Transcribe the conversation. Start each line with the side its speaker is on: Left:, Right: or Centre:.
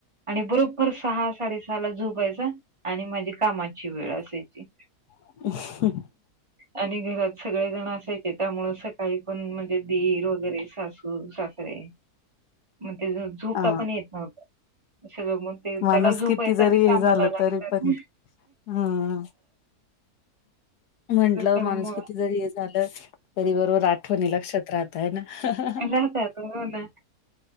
Right: आणि बरोबर सहा साडेसहाला झोपायचा. आणि माझी कामाची वेळ असायची.
Left: ह..
Right: आणि घरात सगळे जण असायचे त्यामुळे सकाळी पण म्हणजे दीर वगैरे सासू सासरे मग ते झोपता
Left: हा
Right: पण येत नव्हता सगळं मग ते
Left: माणूस
Right: त्याला झोपयचं
Left: किती जरी
Right: आणि
Left: हे
Right: कामाला
Left: झालं
Right: लागायचं
Left: तरी पण हम्म. म्हंटलं
Right: त्याच्यामुळं
Left: माणूस किती जरी हे झालं तरी वरवर आठवणी लक्षात राहताय ना हाहा
Right: रडताय हो ना.